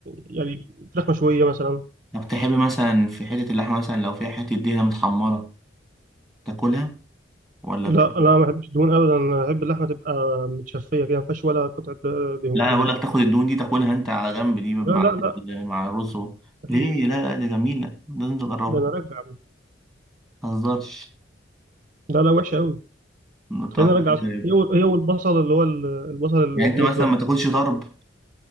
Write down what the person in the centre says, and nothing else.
طب تحب مثلا في حته اللحمه مثلا لو فيها حته دهنه متحمره تاكلها ولا
بت...
لا انا
بقول لك تاخد الدهون دي تاكلها انت على جنب دي مع
مع الرز و-
ليه لا لا ده جميله لازم تجربها
متهزرش
متوقع
كده
يعني
يعني انت مثلا
ما تاكلش طرب